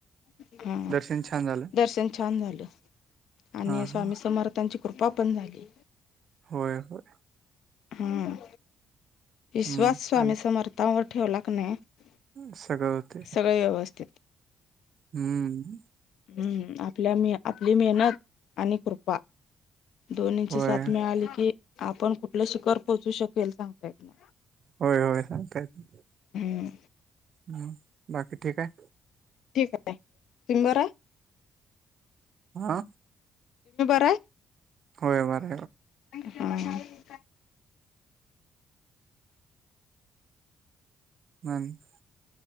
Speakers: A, on the left (about 75°); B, on the right (about 60°).
A: <unintelligible> हा
B: दर्शन छान झालं
A: दर्शन छान झालं. आणि
B: हा हा
A: स्वामी समर्थांची कृपा पण झाली,
B: होय होय.
A: हम विश्वास
B: मग
A: स्वामी
B: आणि
A: समर्थांवर ठेवला क नाही. <unintelligible>
B: सगळं होते
A: सगळे व्यवस्थित.
B: हम्म
A: हम्म आपल्या म आपली मेहनत आणि कृपा, दोन्हीची
B: होय
A: साथ मिळाली, की आपण कुठलं शिखर पोहोचू शकेल सांगतायत ना.
B: हो हो सांगता येत नाही,
A: हम्म
B: ह बाकी ठीक आहे.
A: ठीक आहे तुम्ही बरं,
B: हा
A: त्रे
B: होय बर,
A: हम
B: म आणि काय,